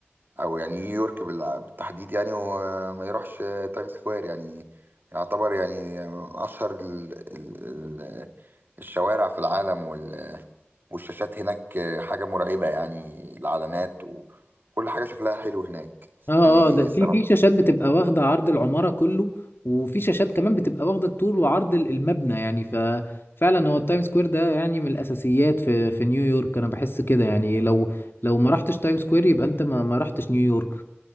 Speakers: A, on the right (about 55°); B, on the left (about 65°).
A: أو يعني نيويورك بال- بالتحديد يعني وما يروحش تايم سكوير يعني يعتبر يعني من أشهر ال... ال... ال... الشوارع في العالم وال... والشاشات هناك حاجة مرعبة يعني الإعلانات وكل حاجة شكلها حلو هناك
B: اه
A: يعني
B: اه ده
A: الصراحة
B: في في شاشات بتبقى واخده عرض العماره كله وفي شاشات كمان بتبقى واخده الطول وعرض ال- المبنى يعني ففعلا هو التايم سكوير ده يعني من الاساسيات في في نيويورك انا بحس كده يعني لو لو ما رحتش تايم سكوير يبقى انت ما ما رحتش نيويورك